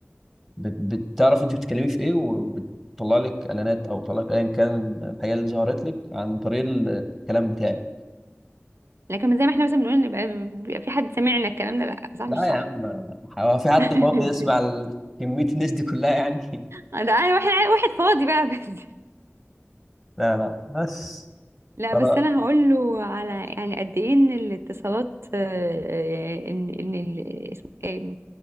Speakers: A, in the centre; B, on the right.
A: بت- بتعرف انت بتتكلمي في ايه وبتطلع لك اعلانات او بتطلع لك ايا كان الحاجه اللي ظهرت لك عن طريق ال- الكلام بتاعك
B: لكن زي ما احنا مثلا بنقول نبقى بيبقى في حد سامعنا الكلام ده لا صح مش
A: لا
B: صح
A: يا عم هو في حد
B: <laughs>
A: فاضي يسمع ال- كميه الناس دي كلها يعني
B: ده انا واحد واحد فاضي بقى بس
A: <laughs> لا لا بس
B: لا
A: فانا
B: بس انا هقول له على يعني قد ايه ان الاتصالات آه، آه، ان ان ال- اسم- آه،